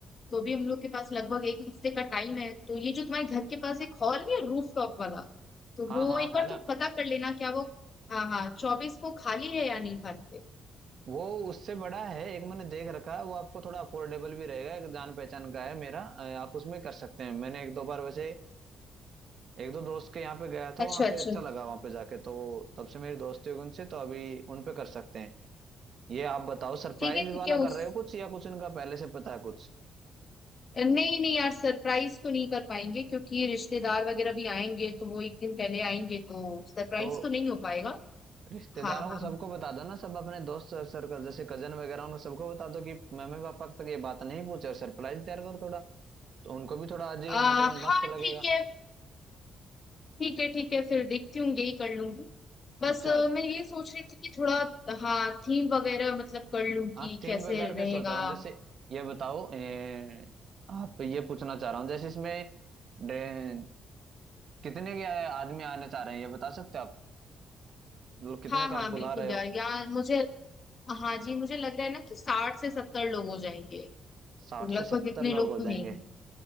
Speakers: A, on the left; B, on the right.
A: तो भी हम लोग के पास लगभग एक हफ्ते का टाइम है तो ये जो तुम्हारे घर के पास एक हॉल नहीं है रूफ टॉप वाला तो
B: हाँ
A: वो
B: हाँ
A: एक बार
B: है ना
A: तुम पता कर लेना क्या वो हाँ हाँ चौबीस को खाली है या नहीं खाली है
B: वो उससे बड़ा है एक मैंने देख रखा है वो आपको थोड़ा अफोर्डेबल भी रहेगा एक जान पहचान का है मेरा अ, आप उसमें कर सकते हैं मैंने एक दो बार वैसे एक दो दोस्त के यहाँ पे गया था
A: अच्छा
B: वहाँ
A: अच्छा
B: पे अच्छा लगा वहाँ पे जाके तो तब से मेरी दोस्ती हो गई उनसे तो अभी उन पे कर सकते हैं ये आप बताओ सरप्राइज
A: ठीक है ठीक
B: वाला
A: है
B: कर
A: उस
B: रहे हो कुछ या कुछ इनका पहले से पता है कुछ
A: नहीं नहीं यार सरप्राइज तो नहीं कर पाएंगे क्योंकि रिश्तेदार वगैरह भी आएंगे तो वो एक दिन पहले आएंगे तो सरप्राइज
B: तो
A: तो नहीं हो पाएगा
B: रिश्तेदारों
A: हाँ हाँ
B: को सबको बता दो ना सब अपने दोस्त सर्कल जैसे कजन वगैरह उनको सबको बता दो कि मम्मी पापा तक ये बात नहीं पूछे और सरप्राइज तैयार करो थोड़ा तो उनको भी थोड़ा अजीब
A: आ,
B: मतलब
A: हाँ
B: मस्त लगेगा
A: ठीक है ठीक है ठीक है फिर देखती हूँ यही कर लूंगी बस
B: अच्छा
A: अ, मैं ये सोच रही थी कि थोड़ा हाँ थीम वगैरह मतलब कर लूँ
B: हाँ
A: कि
B: थीम
A: कैसे
B: वगैरह
A: रहेगा
B: के सोच रहा हूँ जैसे ये बताओ ए, आप ये पूछना चाह रहा हूँ जैसे इसमें डे- कितने के आदमी आने चाह रहे हैं ये बता सकते हो आप मतलब कितने
A: हाँ
B: का
A: हाँ
B: आप
A: बिल्कुल
B: बुला रहे हो
A: यार यार मुझे हाँ जी मुझे लग रहा है ना कि साठ से सत्तर लोग हो जाएंगे तो
B: साठ से
A: लगभग
B: सत्तर
A: इतने
B: लोग
A: लोग
B: हो
A: तो
B: जाएंगे
A: नहीं